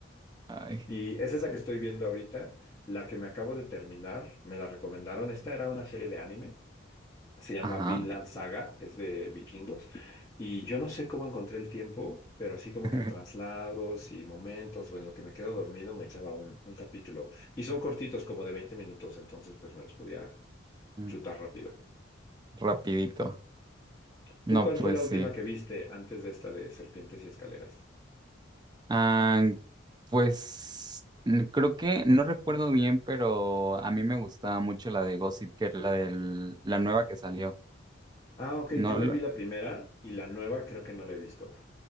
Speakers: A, on the right (about 20°); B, on the left (about 20°).
A: Ay,
B: Y esa
A: sí.
B: es la que estoy viendo ahorita. La que me acabo de terminar, me la recomendaron. Esta era una serie de anime. Se llama
A: Ajá.
B: Vinland Saga, es de vikingos. Y yo no sé cómo encontré el tiempo, pero así como
A: <laughs>
B: que en traslados y momentos o en lo que me quedo dormido me echaba un, un capítulo. Y son cortitos, como de 20 minutos, entonces pues me los podía
A: Mm,
B: chutar rápido.
A: Rapidito. No,
B: ¿Tú cuál
A: pues
B: fue la
A: sí.
B: última que viste antes de esta de Serpientes y Escaleras?
A: Ah, pues mm, creo que no recuerdo bien, pero a mí me gustaba mucho la de Gossip Girl, la del, la nueva que salió.
B: Ah, ok,
A: No,
B: yo me vi la primera y la nueva creo que no la he visto.